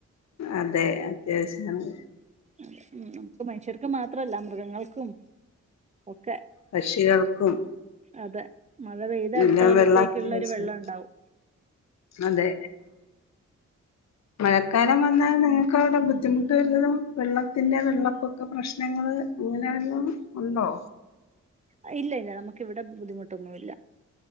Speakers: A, on the left; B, on the right.
A: അതെ അത്യാവശ്യണ്.
B: അതെ നമുക്ക് മനുഷ്യർക്ക് മാത്രല്ല മൃഗങ്ങൾക്കും. ഒക്കെ
A: പക്ഷികൾക്കും
B: അതെ മഴ പെയ്ത അടുത്ത
A: എല്ലാം
B: കൊല്ലത്തേക്കുള്ള
A: വെള്ളം അത്യാവശ്യം
B: ഒരു വെള്ളം ഉണ്ടാവും.
A: അതെ മഴക്കാലം വന്നാൽ നിങ്ങൾക്ക് അവിടെ ബുദ്ധിമു ട്ട് വല്ലതും വെള്ളത്തിന്റെ വെള്ളപ്പൊക്ക പ്രശ്നങ്ങൾ അങ്ങനെ വല്ലതും ഉണ്ടോ.
B: അയ് ഇല്ല ഇല്ല നമുക്ക് ഇവിടെ ബുദ്ധിമുട്ടൊന്നു ഇല്ല.